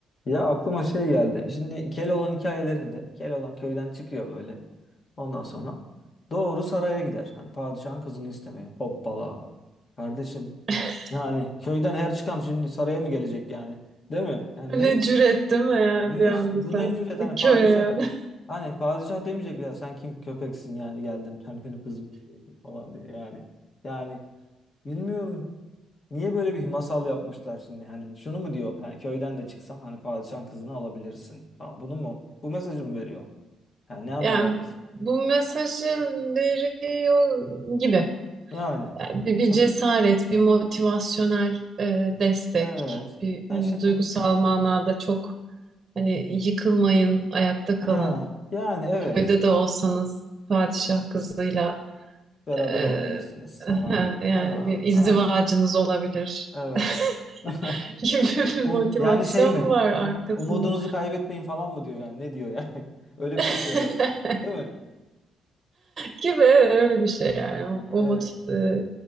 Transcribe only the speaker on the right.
<laughs>
Ne
cüret değil mi yani
bir
anda
sen
köye yani.
<laughs>
Yani bu mesajı veriyor gibi.
Yani bir, bir
cesaret, bir motivasyonel e, destek,
bir hani
duygusal manada çok hani yıkılmayın, ayakta kalın.
Köyde de olsanız padişah kızıyla
e,
<laughs>
yani
bir izdivacınız
olabilir
<laughs>
gibi bir
motivasyon
mu var
arkasında?
<laughs>
gibi öyle bir şey
yani. Umut
e,